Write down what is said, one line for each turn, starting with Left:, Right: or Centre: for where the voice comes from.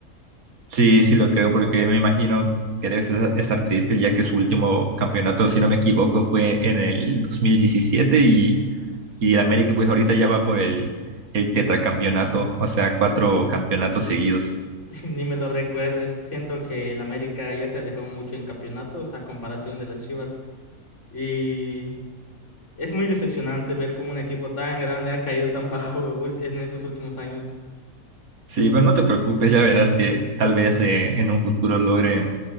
Right: Sí, sí lo creo, porque me imagino que debes esa- estar triste, ya que su último campeonato, si no me equivoco, fue en el 2017 y, y el América pues ahorita ya va por el, el tetracampeonato, o sea, cuatro campeonatos seguidos.
Left: <laughs> ni me lo recuerdes, siento que el América ya se alejó mucho en campeonatos a comparación de las Chivas. y Es muy decepcionante ver cómo un equipo tan grande ha caído tan <laughs> bajo u- en estos últimos años.
Right: Sí, pero no te preocupes, ya verás que tal vez eh, en un futuro logren,